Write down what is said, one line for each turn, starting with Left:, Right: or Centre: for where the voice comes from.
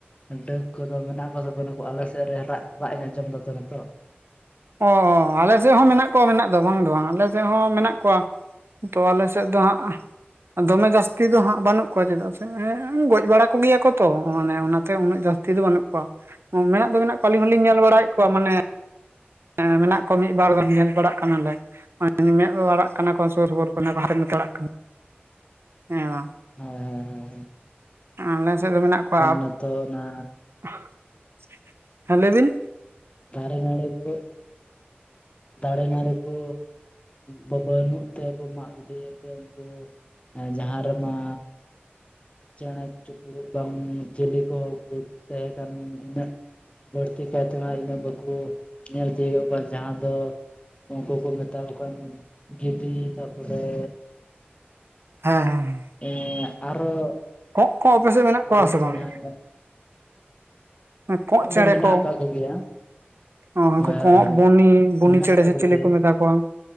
Left: ᱰᱟᱹᱠ ᱠᱚᱫᱚ ᱢᱮᱱᱟᱜ ᱠᱚᱣᱟ ᱥᱮ ᱵᱟᱹᱱ ᱠᱩᱣᱟ? ᱟᱞᱮᱥᱮᱫ ᱨᱟᱜ ᱨᱟᱜ ᱤᱧ ᱟᱸᱡᱚᱢ ᱫᱟᱛᱚ ᱱᱤᱛᱚᱜ᱾
Right: ᱚ ᱟᱞᱮ ᱥᱮᱫ ᱦᱚᱸ ᱢᱮᱱᱟᱜ ᱠᱚᱣᱟ ᱢᱮᱱᱟᱜ ᱫᱚ ᱵᱟᱝ ᱫᱚ ᱵᱟᱝ, ᱟᱞᱮ ᱥᱮᱫ ᱦᱚᱸ ᱢᱮᱱᱟᱜ ᱠᱚᱣᱟ᱾ ᱛᱚ ᱟᱞᱮ ᱥᱮᱫ ᱫᱚ ᱦᱟᱸᱜ ᱫᱚᱢᱮ ᱡᱟᱹᱥᱛᱤ ᱫᱚ ᱦᱟᱸᱜ ᱵᱟᱹᱱᱩᱜ ᱠᱚᱣᱟ ᱪᱮᱫᱟᱜ ᱥᱮ ᱮᱸ ᱜᱚᱡ ᱵᱟᱲᱟ ᱠᱚᱜᱮᱭᱟ ᱠᱚ ᱛᱚ ᱢᱟᱱᱮ ᱚᱱᱟᱛᱮ ᱩᱱᱟᱹᱜ ᱡᱟᱹᱥᱛᱤ ᱫᱚ ᱵᱟᱹᱱᱩᱜ ᱠᱚᱣᱟ᱾ ᱚ ᱢᱮᱱᱟᱜ ᱫᱚ ᱢᱮᱱᱟᱜ ᱠᱚᱣᱟ ᱟᱹᱞᱤᱧ ᱦᱚᱞᱤᱧ ᱧᱮᱞ ᱵᱟᱲᱟᱭᱮᱫ ᱠᱚᱣᱟ ᱢᱟᱱᱮ ᱮᱸ ᱢᱮᱱᱟᱜ ᱠᱚᱣᱟ ᱢᱤᱫ ᱵᱟᱨ ᱜᱟᱱ ᱧᱮᱞ ᱵᱟᱲᱟᱜ ᱠᱟᱱᱟᱞᱮ᱾ ᱢᱟᱱᱮ ᱢᱮᱫ ᱵᱟᱲᱟᱜ ᱠᱟᱱᱟ ᱠᱚ ᱥᱩᱨ ᱥᱩᱯᱩᱨ ᱠᱚ ᱚᱱᱟ ᱠᱚ ᱦᱟᱨᱮ ᱢᱮᱫ ᱚᱲᱟᱜ ᱠᱟᱱᱟ ᱦᱮᱸ ᱵᱟᱝ᱾
Left: ᱦᱮᱸ ᱦᱮᱸ ᱦᱮᱸ᱾
Right: ᱟᱞᱮ ᱥᱮᱫ ᱫᱚ ᱢᱮᱱᱟᱜ ᱠᱚᱣᱟ
Left: ᱱᱤᱛᱚᱜ ᱚᱱᱟ
Right: <unintelligible> ᱦᱮᱸ ᱞᱟᱹᱭ ᱵᱤᱱ?
Left: ᱫᱟᱨᱮ ᱱᱟᱲᱤ ᱠᱚ ᱫᱟᱲᱮ ᱱᱟᱹᱨᱤ ᱠᱚ ᱵᱟ-ᱵᱟᱹᱱᱩᱜ ᱛᱮᱠᱚ ᱢᱟᱜ ᱜᱤᱰᱤᱣᱟᱛᱮᱫ ᱩᱱᱠᱩ ᱡᱟᱦᱟᱸ ᱨᱮᱢᱟ ᱪᱮᱬᱮ ᱪᱤᱯᱨᱩᱫ ᱵᱟᱝ ᱡᱮᱞᱮ ᱠᱚ ᱛᱟᱦᱮᱸᱠᱟᱱ ᱩᱱᱟᱹᱜ ᱵᱟᱹᱲᱛᱤ ᱠᱟᱭᱛᱮᱢᱟ ᱤᱱᱟᱹᱜ ᱵᱟᱠᱚ ᱧᱮᱞ ᱛᱤᱭᱳᱜᱚᱜ ᱠᱟᱱ ᱡᱟᱦᱟᱸ ᱟᱫᱚ ᱩᱱᱠᱩ ᱠᱚ ᱢᱮᱛᱟ ᱠᱚ ᱠᱟᱱ ᱜᱤᱰᱤ ᱛᱟᱯᱚᱨᱮ
Right: ᱦᱮᱸ ᱦᱮᱸ᱾ ᱦᱮᱸ
Left: ᱮᱸ ᱟᱨᱚ
Right: ᱠᱚᱸᱜ ᱠᱚ ᱟᱯᱮᱥᱮᱫ ᱢᱮᱱᱟᱜ
Left: ᱪᱤᱞᱤ
Right: ᱠᱚᱣᱟ ᱥᱮ
Left: ᱪᱮᱬᱮ
Right: ᱵᱟᱝ?
Left: ᱦᱟᱸᱜ ᱤᱧᱟᱹᱜ
Right: ᱠᱚᱸᱜ ᱪᱮᱬᱮ
Left: ᱫᱚ ᱢᱮᱱᱟᱜ
Right: ᱠᱚ᱾
Left: ᱟᱠᱟᱫ ᱠᱚᱜᱮᱭᱟ
Right: ᱚ ᱦᱥᱝᱠᱩ
Left: ᱦᱳᱭ
Right: ᱠᱚᱸᱜ,
Left: ᱦᱳᱭ ᱦᱳᱭ
Right: ᱵᱩᱱᱤ᱾ ᱵᱩᱱᱤ
Left: ᱢᱮᱱᱟᱜ
Right: ᱪᱮᱬᱮ
Left: ᱟᱠᱟᱫ
Right: ᱥᱮ
Left: ᱠᱚᱜᱮᱭᱟ
Right: ᱪᱤᱞᱤ ᱠᱚ ᱢᱮᱛᱟ ᱠᱚᱣᱟ᱾